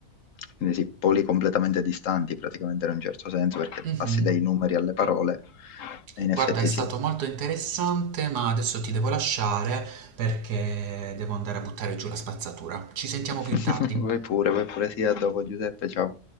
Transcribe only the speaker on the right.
Mhm.
Guarda,
è stato
molto interessante, ma adesso ti devo lasciare perché devo andare a buttare giù la spazzatura. Ci sentiamo più
tardi.